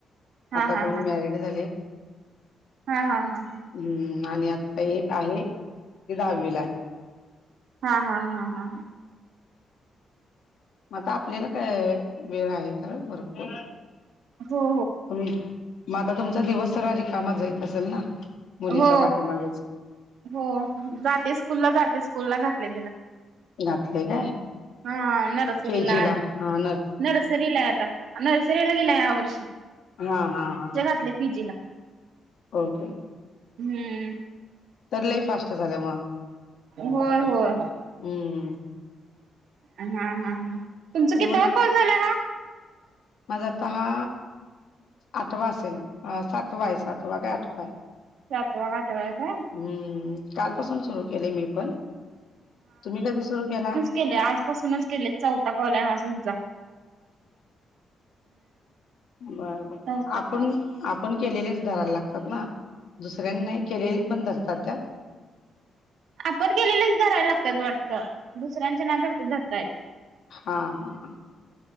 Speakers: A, on the right; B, on the left.
A: हा
B: आता
A: हा
B: दोन मॅरिड झाली आहेत.
A: हां हां हां हां.
B: हम्म आणि आता एक आहे ती दहावीला आहे.
A: हां हां हां हां हां.
B: मग आता आपल्याला काय वेळ आहे खरं भरपूर.
A: हो
B: <unintelligible> मग आता तुमचा दिवस सगळा रिकामा जाईत असेल ना? मुलीच्या
A: हो
B: पाठीमागेच
A: हो जाते स्कूलला जाते स्कूलला घातले तिला.
B: घातलंय काय?
A: हा नर्सरीला
B: के जी ला
A: आहे
B: हा
A: नर्सरीला आहे आता नर्सरीला गेल्या या वर्षी.
B: हां हां हां.
A: <unintelligible> पीजीला.
B: ओके.
A: हम्म.
B: तर लई फास्ट झालं मग
A: होय होय.
B: हम्म
A: हां हां हां तुमचं
B: तरी
A: कितवं
B: पण
A: फोन कॉल झालाय हा?
B: माझा आता हा आठवा असेल सातवा आहे सातवा काय आठवा आहे.
A: सातवा का आठवा काय
B: हम्म कालपासून सुरू केले मी पण. तुम्ही कधी सुरू केलाय?
A: केलंय आजपासूनच केलंय चौथा कॉल हा समजा.
B: बर बर बर
A: चौथा
B: आपण
A: कॉल
B: आ पण केलेलेच धरायला लागतात ना दुसऱ्यांना केलेले पण धरतात त्यात? <inaudible>
A: आपण केलेलेच धरायला लागतात वाटतं दुसऱ्यांचे नाय धरता धरता येत.
B: हां हां हां.